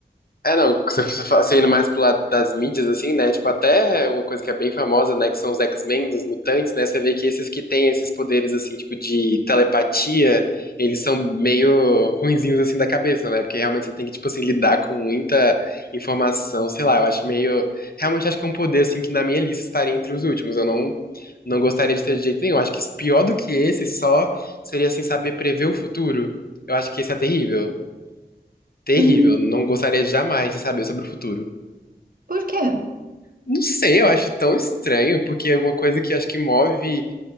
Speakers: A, on the left; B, on the right.
A: É, não, <laughs> você você fa- você indo mais pro lado das mídias, assim, né? Tipo, até uma coisa que é bem famosa, né? Que são os X-Men, os mutantes, né? Você vê que esses que têm esses poderes, assim, tipo, de telepatia, eles são meio ruinzinhos, assim, da cabeça, né? Porque realmente você tem que, tipo, assim, lidar com muita informação, sei lá, eu acho meio. Realmente acho que é um poder, assim, que na minha lista estaria entre os últimos. Eu não, não gostaria de ter de jeito nenhum. Acho que pior do que esse só seria, assim, saber prever o futuro. Eu acho que esse é terrível. Terrível,
B: Hum,
A: não gostaria jamais de saber sobre o futuro.
B: por quê?
A: Não sei, eu acho tão estranho, porque é uma coisa que acho que move